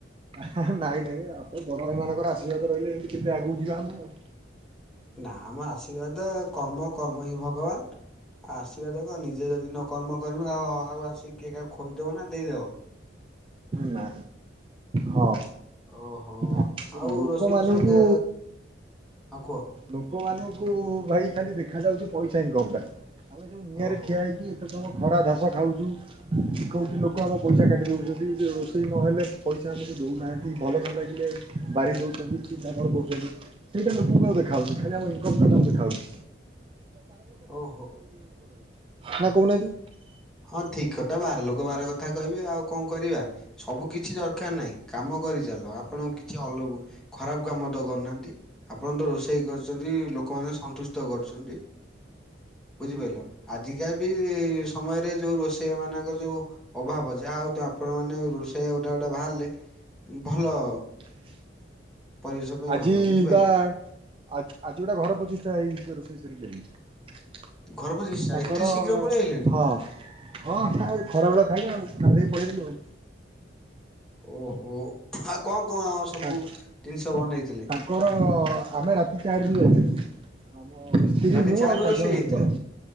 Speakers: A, on the right (about 30°); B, in the centre.
A: ହେ ହେ ନାଇଁ ନାଇଁ ଆପଣ ବଡ ଭାଇ ମାନଙ୍କର ଆଶୀର୍ବାଦ ରହିଲେ ଏମିତି କେତେ ଆଗକୁ ଯିବା ଆମେ ଆଉ।
B: ନା ମ ଆଶୀର୍ବାଦ କର୍ମ କର୍ମ ହିଁ ଭଗବାନ। ଆ ଆଶୀର୍ବାଦ କଣ ନିଜେ ଯଦି ନକର୍ମ କରିବ ଆଉ ଆସିକି କିଏ କାହାକୁ ଖୋଇଦେବ ନା ଦେଇଦେବ।
A: ନା ହଁ।
B: ଓହୋ।
A: ଆକ୍ଚୁ
B: ଆଉ
A: ଲୋକମାନଙ୍କୁ
B: ରୋଷେଇ ଫୋଷେଇ କେ ହଁ କୁହ।
A: ଲୋକମାନଙ୍କୁ ଭାଇ ଖାଲି ଦେଖା ଯାଉଚି ପଇସା ଇନକମ୍ ଟା। ଆମେ ଯୋଉ ନିଆଁରେ
B: ଓହୋ
A: ଠିଆ ହେଇକି ଏତେ ସମୟ ଖରା ଧାସ ଖାଉଚୁ। କୋଉଠି ଲୋକ ଆମ ପଇସା କାଟି ଦଉଛନ୍ତି। ଯେ ରୋଷେଇ ନହେଲେ ପଇସା ଆମକୁ ଦଉନାହାନ୍ତି, ଭଲ ନ ଲାଗିଲେ ବାରି ଦଉଛନ୍ତି ଛି ଛାକରା କରୁଛନ୍ତି। ସେଇଟା ଲୋକଙ୍କୁ ଆଉ ଦେଖ୍ ଖାଲି ଆମ ଇନକମ୍ ଟା ତାଙ୍କୁ ଦେଖାଯାଉଚି।
B: ଓହୋ।
A: ନା କହୁନାହାନ୍ତି।
B: ହଁ ଠିକ୍ କଥା ବାର ଲୋକ ବାର କଥା କହିବେ ଆଉ କଣ କରିବା। ସବୁ କିଛି ଦରକାର ନାହିଁ। କାମ କରିଚାଲ, ଆପଣଙ୍କୁ କିଛି। <unintelligible> ଖରାପ କାମ ତ କରୁନାହାଁନ୍ତି। ଆପଣ ତ ରୋଷେଇ କରୁଛନ୍ତି ଲୋକମାନେ ଙ୍କୁ ସନ୍ତୁଷ୍ଟ କରୁଛନ୍ତି। ବୁଝିପାରିଲ। ଆଜିକା ବି ସମୟରେ ଯୋଉ ରୋଷେଇଆ ମାନଙ୍କ ଯୋଉ ଅଭାବ, ଯାହା ହଉ ତ ଆପଣମାନେ ରୋଷେଇ ଗୋଟେ ଗୋଟେ ବାହାରିଲେ ଭଲ
A: <inaudible>
B: ପରିବେଶ ପାଇଁ
A: ଆଜି
B: ଭଲ ବୁଝିପାରିଲ
A: ବା ଆଜି ଗୋଟାଏ ଘର ପ୍ରତିଷ୍ଠା ହେଇ ରୋଷେଇ ସାରିକି ଆସିଲି।
B: ଘର ପ୍ରତିଷ୍ଠା
A: ତାଙ୍କର
B: ଏତେ ଶୀଘ୍ର ପଳେଇ ଆଇଲାଣି।
A: ହଁ। ହଁ ତାଙ୍କର ଖରାବେଳ ଖାଇବେ ଆଉ ସାରିଦେଇକି ପଳେଇଆଇଲୁ ଆଉ
B: ଓହୋ ଆଉ କଣ କଣ ସବୁ
A: ତାଙ୍କ
B: ଜିନିଷ ବନେଇଥିଲେ?
A: ତାଙ୍କର ଆମେ ରାତି ଚାରିରୁ ଯାଇଥିଲୁ। ଆମ ମିସ୍ତ୍ରୀ
B: ରାତି
A: ମୁଁ
B: ଚାରିରୁ
A: ଆଉ ଚାରି
B: ରୋଷେଇ
A: ଜଣ ହେଲ୍ପର।
B: ହେଇଥିଲା।